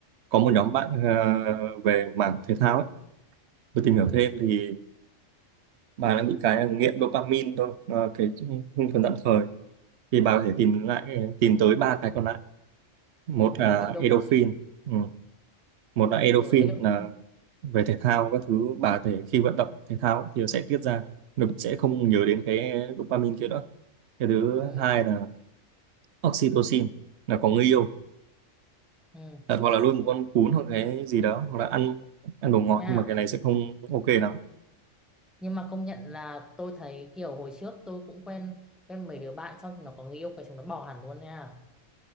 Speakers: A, on the right; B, in the centre.
A: có một nhóm bạn ờ, về mảng thể thao ấy tôi tìm
B: ừ,
A: hiểu thêm thì bà đang bị cái là nghiện dopamine thôi Ờ, cái hưng phấn tạm thời thì bà có thể tìm lại tìm tới ba cái còn lại một
B: ừ.
A: là
B: nghiện dopamine
A: endorphin ừ. một là endorphin
B: ở ừ, endorphin.
A: là về thể thao các thứ bà có thể khi vận động thể thao thì sẽ tiết ra nó sẽ không nhớ đến cái dopamine kia nữa cái thứ
B: ừ.
A: hai là oxytocin là có người yêu
B: ừ.
A: Thật, hoặc là nuôi một con cún hoặc cái gì đó hoặc là ăn ăn đồ ngọt
B: nha
A: nhưng mà cái này sẽ không ok lắm
B: nhưng mà công nhận là tôi thấy kiểu hồi trước tôi cũng quen quen mấy đứa bạn xong chúng nó có người yêu cái chúng nó bỏ hẳn luôn nha